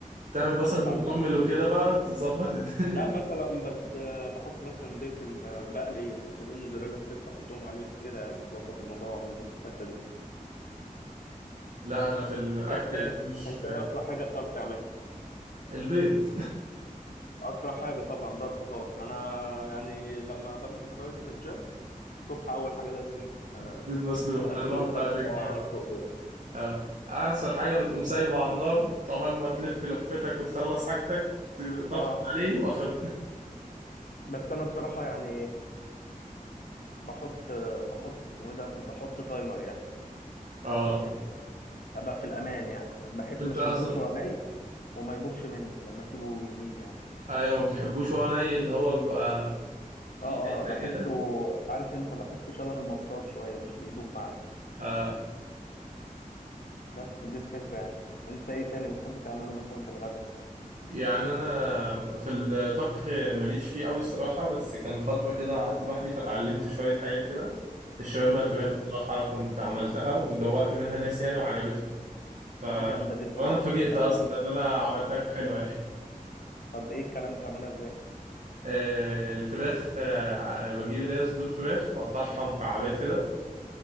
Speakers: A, on the right; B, on the left.
A: بتعمل بصل
B: بحط عليه
A: مكرمل وكده بقى تظبط الدنيا
B: لا مثلا بس آه، بحط مثلا بيكن ب- بقلي حتتين موزاريلا ستيكس احطهم عليه كده يعني بظبط الموضوع من الحته دي
A: لا انا في الاكل
B: انت إيه الدنيا
A: يعني مش
B: انت ايه اسرع حاجه بتعرف تعملها
A: البيض
B: اسرع حاجه طبعا ده الفطار انا يعني لما بمسك دايت من الجيم الصبح اول حاجه لازم ايه آه،
A: <laughs> بيض مسلوق
B: اسلق
A: انا ببدأ
B: اسلق
A: عشان
B: اه
A: كده
B: اسلق بيض
A: اه احسن حاجة بتقوم سايبه على النار طبعا ما تلف لفتك وتخلص حاجتك تطفي
B: اه
A: عليه يبقى خلص
B: بس انا بصراحه يعني بحط بحط اسمه ايه ده بحط تايمر يعني
A: اه
B: عشان ايه ابقى في الامان يعني بحيث
A: انت
B: ما اشيلهوش
A: اصلا
B: وهو ني وما يبوظش مني لما اسيبه يزيد يعني
A: ايوه ما بتحبوش هو ني اللي هو بيبقى في
B: اه
A: حته
B: اه بحسه
A: كده
B: عارف انت بحسه شبه المطاط شويه مش بيدوب معايا
A: آه.
B: بس دي الفكره يعني انت ايه تاني بتحب تعمله مثلا في الغداء
A: يعني انا في الطبخ ماليش فيه قوي الصراحه بس كان فتره كده قعدت لوحدي فتعلمت شويه حاجات كده الشاورما الفراخ
B: حلو
A: الصراحه كنت عملتها ودوقت منها ناس يعني وعجبتهم ف
B: جامده جدا
A: وانا
B: طب
A: اتفاجئت
B: طب
A: اصلا
B: بتعمل
A: ان انا عملتها حلوه <laughs> يعني
B: طب ايه الكلام بتعملها ازاي
A: آه، الفراخ آه، بجيب اللي هي صدور فراخ واقطعها مكعبات كده